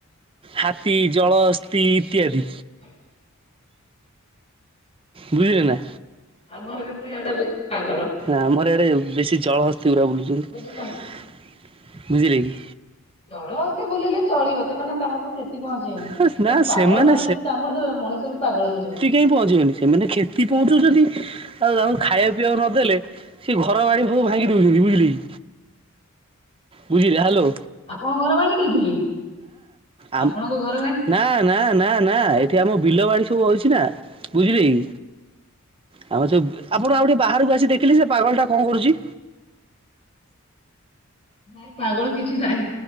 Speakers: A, on the right; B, on the left.
A: ହାତୀ ଜଳହସ୍ତି ଇତ୍ୟାଦି।
B: ହ
A: ବୁଝିଲେ ନା।
B: ଆମର କିନ୍ତୋ ଇଆଡେ ବେସି ପାଗଳ।
A: ଆମର ଏଡ଼େ ବେଶୀ ଜଳହସ୍ତି ଉରା ବୁଲୁଛନ୍ତି
B: ବୁଝୁଛନ୍ତି।
A: ବୁଝିଲେ କି?
B: ଜଳହସ୍ତି ବୁଲିଲେ ଚଳିବ ସେମାନେ କାହାକୁ କ୍ଷ ଚି ପହଞ୍ଚେଇବେନି
A: ହସ୍
B: କିନ୍ତୁ
A: ନା ସେମାନେ
B: ପାଗଳ ମାନେ ଯଦି କାମୁଡି଼ ଦେବେ ମଣିଷ ବି ପାଗଳ ହେଇଯିବ।
A: କେହି ପହଞ୍ଚିବେନି ସେମାନେ କ୍ଷତି ପହଞ୍ଚଉଛନ୍ତି ଆଉ ତାଙ୍କୁ ଖାଇବା ପିଇବାକୁ ନଦେଲେ ସିଏ ଘର ବାଡ଼ି ସବୁ ଭାଙ୍ଗି ଦଉଛନ୍ତି ବୁଝିଲେ କି ବୁଝିଲେ ହାଲୋ।
B: ଆପଣଙ୍କ ଘର ଭାଙ୍ଗି ଦେଇଥିଲେ କି
A: ଆମ
B: ଆପଣଙ୍କ ଘ
A: ନା ନା ନା ନା ଏଠି ଆମ ବିଲ ବାଡ଼ି ସବୁ ଅଛି ନା ବୁଝିଲେ କି? ଆମର ସବୁ ଆପଣ ଆଉ ଟିକେ ବାହାରକୁ ଆସି ଦେଖିଲେ ସେ ପାଗଳ ଟା କଣ କରୁଛି?
B: ଭାଇ ପାଗଳ କିଛି ନାହିଁ।